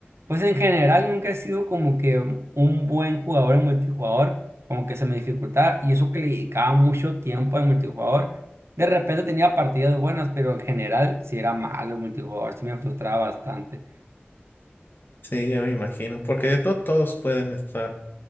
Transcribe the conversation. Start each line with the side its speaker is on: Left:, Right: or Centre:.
Right: Pues en general nunca he sido como que un buen jugador en multijugador, como que se me dificultaba y eso que le dedicaba mucho tiempo en multijugador. De repente tenía partidas buenas, pero en general sí era malo en multijugador, sí me frustraba bastante.
Left: Sí, ya me imagino, porque no todos pueden estar